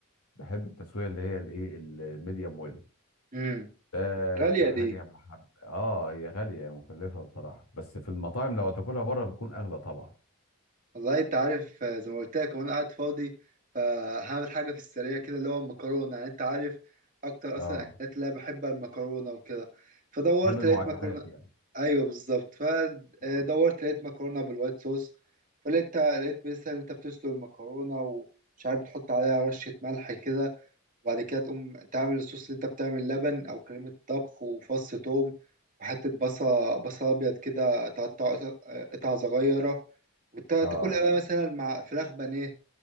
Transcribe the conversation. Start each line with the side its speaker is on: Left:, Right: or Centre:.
Left: بحب التسوية اللي هي الايه الميديوم ويل
Right: مم.
Left: ده
Right: غالية
Left: كحاجة
Right: دي
Left: بحب اه هي غالية هي مكلفة بصراحة بس في المطاعم لو تاكلها بره بتكون اغلى طبعا
Right: والله انت عارف آه، زي ما قلت لك وانا قاعد فاضي فهعمل حاجه في السريع كده اللي هو المكرونه يعني انت عارف اكتر
Left: اه
Right: اصلا الاكلات اللي انا بحبها المكرونه وكده فدورت
Left: بحب المعجنات
Right: لقيت مكرونه
Left: يعني
Right: ايوه بالظبط فدورت
Left: اه
Right: لقيت مكرونه بالوايت صوص فلقيت لقيت مثلا انت بتسلق المكرونه ومش عارف بتحط عليها رشه ملح كده وبعد كده تقوم تعمل الصوص اللي انت بتعمل لبن او كريمة طبخ وفص توم وحتة بصل بصل ابيض كده تقطع قطع صغيرة وتاكلها
Left: اه
Right: بقى مثلا مع فراخ بانيه